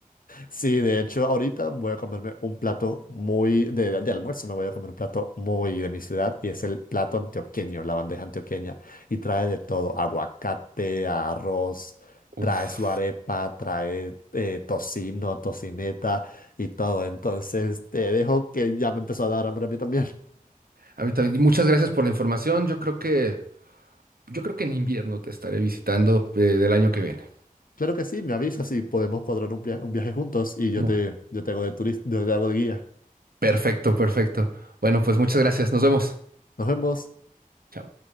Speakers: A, on the left (about 70°); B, on the right (about 90°).
A: sí, de hecho, ahorita voy a comerme un plato muy de, de almuerzo. Me voy a comer un plato muy de mi ciudad y es el plato antioqueño, la bandeja antioqueña. Y trae de todo: aguacate, arroz,
B: <laughs>
A: trae
B: Uf.
A: su arepa, trae eh, tocino, tocineta y todo. Entonces, te dejo que ya me empezó a dar hambre a mí también. <laughs>
B: A mí también. Y muchas gracias por la información. Yo creo que, yo creo que en invierno te estaré visitando eh, del año que viene.
A: Claro que sí, me avisas y podemos cuadrar un, via- un viaje juntos y yo
B: Mu-
A: te, yo te hago de turista, yo te hago de guía.
B: Perfecto, perfecto. Bueno, pues muchas gracias. Nos vemos.
A: Nos vemos.
B: Chao.